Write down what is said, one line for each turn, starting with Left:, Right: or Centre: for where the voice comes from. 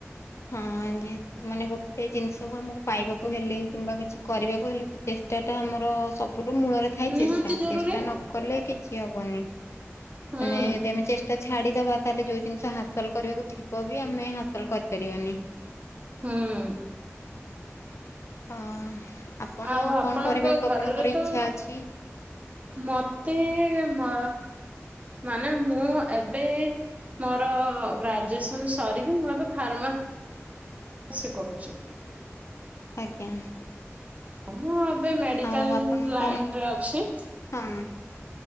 Left: ହଁ ଯେହେତୁ ମାନେ ଗୋଟେ ଜିନିଷକୁ ଆମକୁ ପାଇବାକୁ ହେଲେ କିମ୍ବା କିଛି କରିବାକୁ ହେଲେ ଚେଷ୍ଟା ଟା ଆମର ସବୁଠୁ ମୂଳରେ ଥାଏ
Right: ନିହାତି
Left: ଚେଷ୍ଟା
Right: ଜରୁରୀ
Left: ଚେଷ୍ଟା ନକଲେ କିଛି ହବନି।
Right: ହୁଁ
Left: ମାନେ ଯଦି ଆମେ ଚେଷ୍ଟା ଛାଡିଦବା ତାହେଲେ ଯୋଉ ଜିନିଷ ହାସଲ କରିବାକୁ ଥିବ ବି ଆମେ ହାସଲ କରିବା ବିରିୟାନୀ <unintelligible>
Right: ହୁଁ।
Left: ହଁ। ଆପଣ
Right: ଆଉ ଆପଣଙ୍କ
Left: କଣ କରିବାକୁ
Right: ଘରର
Left: ଆପଣଙ୍କର ଇଚ୍ଛା
Right: ତ
Left: ଅଛି?
Right: ମତେ ମ ମାନେ ମୁଁ ଏବେ ମୋର ଗ୍ରାଜୁଏସନ୍ ସରିକି ମୁଁ ଏବେ ଫାର୍ମାସି କରୁଚି।
Left: ଆଜ୍ଞା।
Right: ମୁଁ ଏବେ ମେଡିକାଲ୍
Left: ଆଉ ଆପଣଙ୍କ
Right: ଲାଇନରେ ଅଛି।
Left: ହଁ